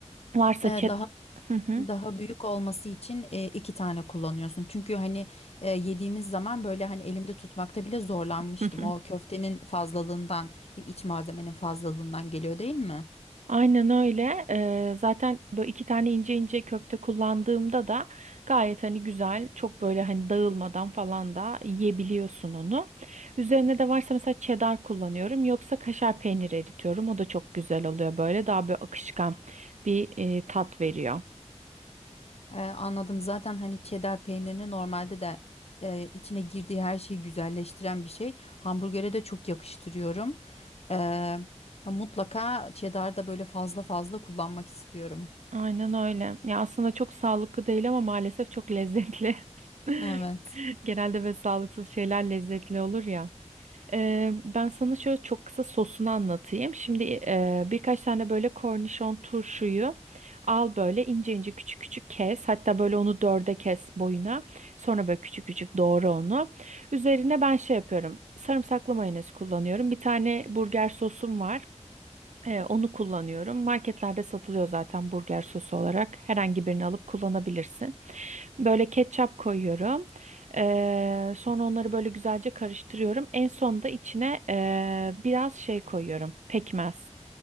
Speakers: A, on the right; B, on the left.
A: Varsa
B: E,
A: çet...
B: daha
A: Hı hı.
B: daha büyük olması için e, iki tane kullanıyorsun. Çünkü hani e, yediğimiz zaman böyle hani elimde tutmakta bile zorlanmıştım.
A: <laughs>
B: O köftenin fazlalığından, iç malzemenin fazlalığından geliyor değil mi?
A: Aynen öyle. Ee, zaten böyle iki tane ince ince köfte kullandığımda da gayet hani güzel, çok böyle hani dağılmadan falan da yiyebiliyorsun onu. Üzerine de varsa mesela cheddar kullanıyorum, yoksa kaşar peyniri eritiyorum. O da çok güzel oluyor böyle daha böyle akışkan bir e, tat veriyor.
B: Ee, anladım. Zaten hani cheddar peynirini normalde de e, içine girdiği her şeyi güzelleştiren bir şey. Hamburgere de çok yakıştırıyorum. Ee, ya mutlaka cheddar da böyle fazla fazla kullanmak istiyorum.
A: Aynen öyle. Ya aslında çok sağlıklı değil ama maalesef çok lezzetli. <laughs>
B: Evet.
A: Genelde böyle sağlıksız şeyler lezzetli olur ya. Eee, ben sana şöyle çok kısa sosunu anlatayım. Şimdi eee, birkaç tane böyle kornişon turşuyu al böyle ince ince küçük küçük kes. Hatta böyle onu dörde kes boyuna. Sonra böyle küçük küçük doğra onu. Üzerine ben şey yapıyorum. Sarımsaklı mayonez kullanıyorum. Bir tane burger sosum var. Eee, onu kullanıyorum. Marketlerde satılıyor zaten burger sosu olarak. Herhangi birini alıp kullanabilirsin. Böyle ketçap koyuyorum. Eee, sonra onları böyle güzelce karıştırıyorum. En sonunda içine eee, biraz şey koyuyorum. Pekmez.